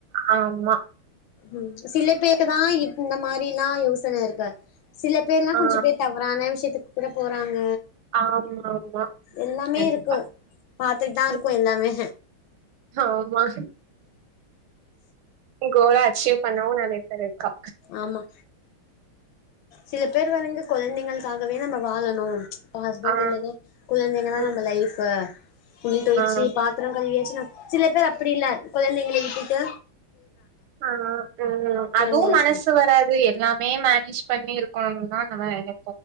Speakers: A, on the right; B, on the left.
A: ஆமா
B: ம் சிலே பேறு தான் இப்ப இந்த மாரி இப்டில்லாம் யோசனை இருக்கு சில பேர்லா
A: ஆ
B: கொஞ்சம் பேர் தவறான விஷயத்தக்கு கூட போறாங்க
A: ஆமா ஆமா
B: எல்லாமே
A: கண்டிப்பா
B: இருக்கு பாத்துட்டு தா இருக்கோ
A: ம்
B: எல்லாமே
A: ஆமா கோல்ல அச்சீவ் பண்ணவும் நறைய பேர் இருக்கா
B: ஆமா சில பேர் வந்து கொழந்தைங்களுக்கவே நம்ம வாழணு ஹஸ்பண்ட்
A: ஆ
B: <unintelligible> குழந்தைங்க தான்
A: ம்
B: நம்ம லைஃப் துணி தோயிச்சு
A: ஆ
B: பாத்திரம் களிவியாச் சில பேர் அப்டி இல்ல குழந்தைங்கள வீட்டுட்டு
A: ஆ ம் அதுவும்
B: மேரேஜ்
A: மனசு
B: பண்ணி
A: வராது எல்லாமே மேனேஜ் பண்ணிர் கொழம்புனா நான் நேனப்ப